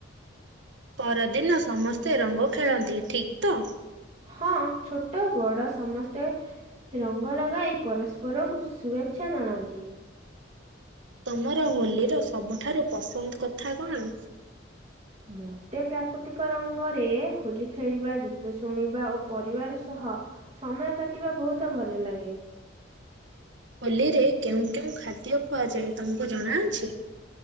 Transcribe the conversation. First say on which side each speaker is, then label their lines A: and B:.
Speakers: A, on the right; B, on the right.
A: ପରଦିନ ସମସ୍ତେ ରଙ୍ଗ ଖେଳନ୍ତି ଠିକ୍ ତ?
B: ହଁ ଛୋଟ ବଡ଼ ସମସ୍ତେ ରଙ୍ଗ ଲଗାଇ ପରସ୍ପରକୁ ଶୁଭେଚ୍ଛା ଜଣାନ୍ତି।
A: ତମର ହୋଲିର ସବୁଠାରୁ ପସନ୍ଦ୍ କଥା କଣ?
B: ମୋତେ ପ୍ରାକୃତିକ ରଙ୍ଗରେ ହୋଲି ଖେଳିବା ଗୀତ ଶୁଣିବା ଓ ପରିବାର ସହ ସମୟ କାଟିବା ବହୁତ ଭଲ ଲାଗେ।
A: ହୋଲିରେ କେଉଁ କେଉଁ ଖାଦ୍ୟ ଖୁହାଯାଏ ତମକୁ ଜଣାଅଛି?